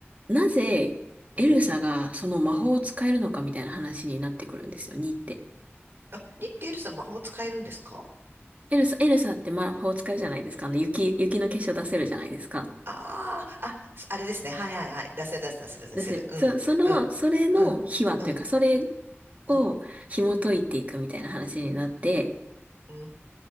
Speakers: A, on the right; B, on the right.
A: なぜエルサがその魔法を使えるのかみたいな話になってくるんですよ、
B: うん。うん。
A: 2って。
B: あ、2ってエルさん魔法使えるんですか
A: エルサ、エルサって魔法を使えるじゃないですか。あの、雪、雪の結晶出せるじゃないですか。
B: ああ、あ、あれですね。はいはいはい。出せる出せる出せる出せる。
A: 出せる。
B: うん、
A: そ、その、
B: うん、
A: それの秘話というか、
B: うん、うん、
A: それ
B: うん。
A: を紐解いていくみたいな話になって、
B: うー